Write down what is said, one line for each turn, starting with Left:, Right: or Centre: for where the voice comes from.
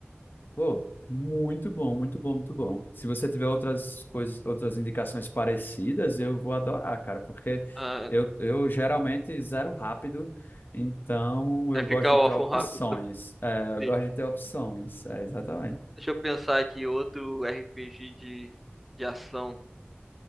Left: Pô, muito bom, muito bom, muito bom. Se você tiver outras coisas, outras indicações parecidas, eu vou adorar, cara, porque
Centre: Ah,
Left: eu, eu geralmente zero rápido, então
Centre: vai
Left: eu
Centre: ficar
Left: gosto
Centre: órfão
Left: de ter opções.
Centre: rápido. <laughs>
Left: É, eu
Centre: Sim.
Left: gosto de ter opções, é, exatamente.
Centre: Deixa eu pensar aqui outro RPG de, de ação.